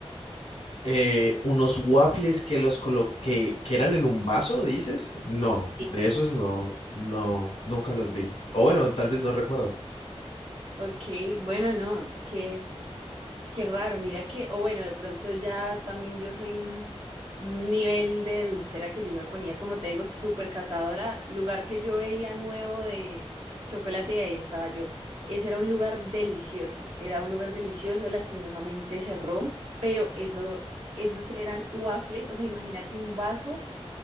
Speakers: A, on the left (about 85°); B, on the right (about 60°).
A: Eh, unos waffles que los colo- que, que eran en un vaso, dices? No,
B: Sí.
A: de esos no, no, nunca los vi. O bueno, tal vez no recuerdo.
B: Ok, bueno, no, que Qué raro, mira que, o bueno, de pronto ya también yo soy un, un nivel de dulcera que yo me ponía, como te digo, súper catadora. Lugar que yo veía nuevo de chocolate y ahí estaba yo. Ese era un lugar delicioso, era un lugar delicioso, lastimosamente cerró, pero eso, esos eran waffles, o sea, imagínate un vaso